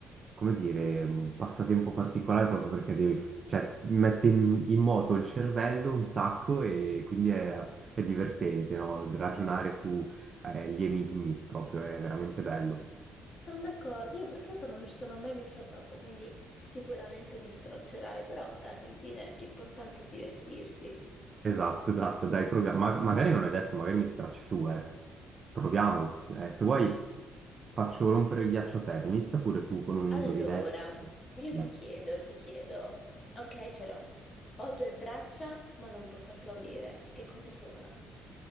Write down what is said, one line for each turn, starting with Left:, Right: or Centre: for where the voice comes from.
Right: come dire, un passatempo particolare proprio perché devi, cioè, mette in, in moto il cervello un sacco e quindi è, è divertente, no? Ragionare su eh, gli enigmi proprio è veramente bello.
Left: sono d'accordo, io purtroppo non mi ci sono mai messa troppo, quindi sicuramente mi straccerai, però alla fin fine l'importante è divertirsi.
Right: Esatto, esatto, dai, proviamo. Ma- magari non è detto, magari mi stracci tu, eh. Proviamo. Eh, se vuoi faccio rompere il ghiaccio a te. Inizia pure tu con un
Left: Allora,
Right: indovinello.
Left: io ti
Right: Adesso.
Left: chiedo, ti chiedo, ok, ce l'ho. Ho due braccia, ma non posso applaudire. Che cosa sono?